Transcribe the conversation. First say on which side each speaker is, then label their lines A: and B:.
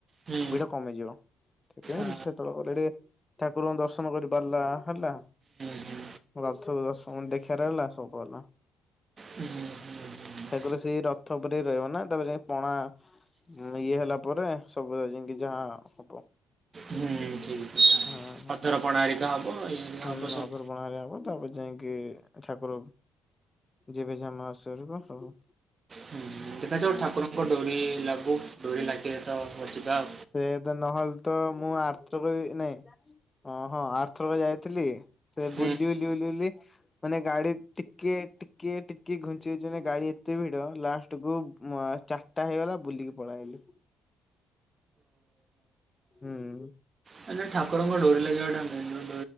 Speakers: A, on the right (about 40°); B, on the left (about 20°).
A: ହୁଁ
B: ଭିଡ କମିଯିବ। ସେଥିପାଇଁ
A: ଆ
B: ସେତେବେଳେ ଗଲେ ଟିକେ ଠାକୁରଙ୍କ ଦର୍ଶନ କରି ପାରିଲା। ହେଲା।
A: ହୁଁ ହୁଁ
B: ରଥ ଦେଖିବାର ହେଲା, ସବୁ ହେଲା।
A: ହୁଁ ହୁଁ ହୁଁ
B: ଠାକୁର ସେଇ ରଥ ଉପରେ ରହିବ ନା। ତାପରେ ଯାଇ ପଣା ମୁଁ ଇଏ ହେଲା ପରେ ସବୁ ଯାଇକି ଯାହା ହବ।
A: ହୁଁ। ଠିକ୍ କଥା
B: ହୁଁ।
A: <unintelligible> ହେରିକା
B: ହୁଁ
A: ହବ ସବୁ
B: ଅଧର ପଣା ହେଲେ ହବ ତାପରେ ଯାଇକି କି ଠାକୁର ଯିବେ ଯାହା ମାଉସୀ ଘରକୁ
A: ହୁଁ ଦେଖାଯାଉ ଠାକୁରଙ୍କ ଡୋରି ଲାଗୁ, ଡୋରି ଲାଗିଲେ ତ ଯିବା ଆଉ।
B: ସେଇଆ ତ ନହେଲେ ତ ମୁଁ ଆର ଥର ବି ନାଇଁ ଓ ହଁ ଆରଥରକ ଯାଇଥିଲି ସେ
A: ହୁଁ
B: ବୁଲି, ବୁଲି, ବୁଲି, ବୁଲି ମାନେ ଗାଡି ଟିକେ ଟିକେ ଟିକେ ଘୁଞ୍ଚି ଘୁଞ୍ଚି କି ମାନେ ଗାଡି ଏତେ ଭିଡ ଲାଷ୍ଟକୁୁ ମୁଁ ଆ ଚାରିଟା ହେଇଗଲା ବୁଲିକି ପଳେଇ ଆଇଲି। ହୁଁ।
A: ହେ ନାଁ ଠାକୁରଙ୍କ ଡୋରି ଲାଗିବା ଟା ମେନେ ବା।